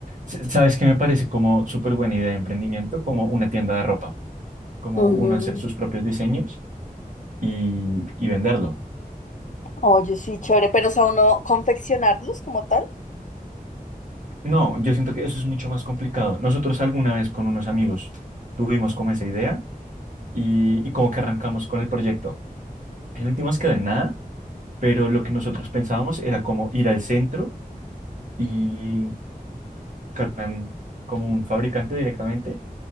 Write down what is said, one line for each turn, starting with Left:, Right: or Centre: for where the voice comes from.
Right: S- ¿Sabes qué me parece como súper buena idea de emprendimiento? Como una tienda de ropa, como
Left: Ujú.
Right: uno hacer sus propios diseños y, y venderlo.
Left: Oye, sí, chévere, pero o sea, uno confeccionarlos como tal.
Right: No, yo siento que eso es mucho más complicado. Nosotros alguna vez con unos amigos tuvimos como esa idea y, y como que arrancamos con el proyecto. En últimas quedó en nada, pero lo que nosotros pensábamos era como ir al centro y cargan como un fabricante directamente